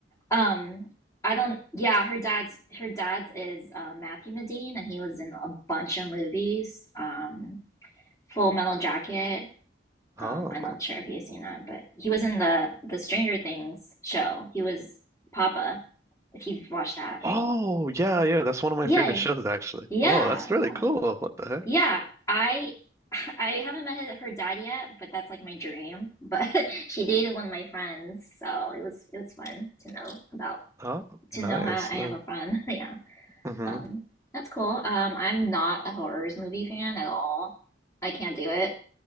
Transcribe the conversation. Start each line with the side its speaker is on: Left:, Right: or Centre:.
Left: Um, I don't yeah, her dad's her dad's is uh Matthew Modine and he was in a bunch of movies. Um Full Metal Jacket.
Right: Oh.
Left: Um, I'm not sure if you've seen that, but he was in the the Stranger Things show. He was Papa, if you've watched that.
Right: Oh, yeah, yeah. That's one of my
Left: Yay.
Right: favorite shows, actually.
Left: Yeah,
Right: Oh, that's really
Left: yeah.
Right: cool. What the heck?
Left: Yeah, I <laughs> I haven't met her her dad yet, but that's like my dream. But <laughs> she dated one of my friends, so it was it was fun to know about
Right: Oh, nice.
Left: to know how I
Right: No.
Left: have a friend. <laughs> Yeah.
Right: hmm
Left: Um, that's cool. Um, I'm not a horrors movie fan at all. I can't do it.